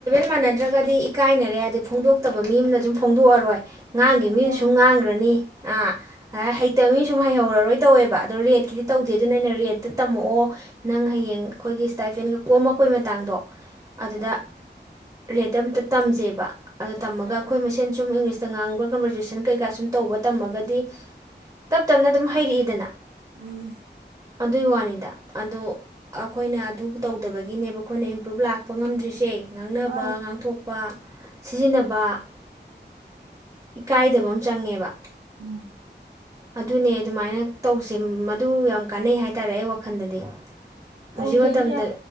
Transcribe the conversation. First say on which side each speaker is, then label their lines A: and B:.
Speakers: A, on the right; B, on the right.
A: ꯃꯥꯟꯅ ꯅꯠꯇ꯭ꯔꯒꯗꯤ ꯏꯀꯥꯏꯅꯔꯦ ꯍꯥꯏꯗꯤ ꯐꯣꯡꯗꯣꯛꯇꯕ ꯃꯤ ꯑꯃꯅ ꯑꯗꯨꯨꯝ ꯐꯣꯡꯗꯣꯛꯑꯔꯣꯏ ꯉꯥꯡꯈꯤꯕ
B: ꯈꯣꯡꯗꯣꯛꯑꯒ
A: ꯃꯤꯅꯁꯨ ꯉꯥꯡꯈ꯭ꯔꯅꯤ ꯑꯥ ꯑ ꯍꯩꯇꯕꯅꯤ ꯁꯨꯝ ꯍꯩꯍꯧꯔꯔꯣꯏ ꯇꯧꯋꯦꯕ ꯑꯗꯨꯣ ꯔꯦ ꯗꯤ ꯇꯧꯗꯦ ꯑꯗꯨ ꯑꯩꯅ ꯔꯦꯠꯇ ꯇꯝꯃꯛꯑꯣ ꯅꯪ ꯍꯌꯦꯡ ꯑꯩꯈꯣꯏꯒꯤ ꯁꯇꯥꯏꯐꯦꯟꯒ ꯀꯣꯝ ꯃꯈꯀꯣꯏ ꯃꯇꯥꯡꯗꯣ ꯑꯗꯨꯗ
B: ꯎꯝ
A: ꯔꯔꯤꯇ ꯇ ꯇꯝꯖꯦꯕ ꯑꯗꯣ ꯇꯝꯃꯒ
B: ꯎꯝ
A: ꯑꯩꯈꯣꯏ ꯃꯁꯦꯟ ꯁꯨꯝ ꯏꯪꯂꯤꯁꯇ ꯉꯥꯡꯕ ꯀꯟꯕꯔꯖꯨꯦꯁꯟ ꯀꯩꯀꯥ ꯁꯨꯝ ꯇꯧꯕ ꯇꯝꯃꯒꯗꯤ ꯇꯞ ꯇꯞꯅ ꯑꯗꯨꯝ ꯍꯩꯔꯛꯏꯗꯅ
B: ꯎꯝ
A: ꯑꯗꯨꯒꯤ ꯋꯥꯅꯤꯗ ꯑꯗꯣ ꯑꯩꯈꯣꯏꯅ ꯑꯗꯨ ꯇꯧꯗꯕꯒꯤꯅꯦꯕ ꯑꯩꯈꯣꯏꯅ ꯏꯝꯄ꯭ꯔꯨꯞ ꯂꯥꯛꯄ ꯉꯝꯗ꯭ꯔꯤꯁꯦ ꯉꯥꯡꯅꯕ
B: ꯃꯥꯅꯦ
A: ꯉꯥꯡꯊꯣꯛꯄ ꯁꯤꯖꯤꯟꯅꯕ ꯏꯀꯥꯏꯗꯕ ꯆꯪꯉꯦꯕ
B: ꯎꯝ
A: ꯑꯗꯨꯅꯦ ꯑꯗꯨꯃꯥꯏꯅ ꯇꯧꯁꯦ ꯃꯗꯨ ꯌꯥꯝ ꯀꯥꯟꯅꯩ ꯍꯥꯏꯇꯥꯔꯦ ꯑꯩ ꯋꯥꯈꯜꯗꯗꯤ ꯍꯧꯖꯤꯛ
B: ꯇꯧꯖꯩꯅꯤ
A: ꯃꯇꯝꯗ
B: ꯌꯥ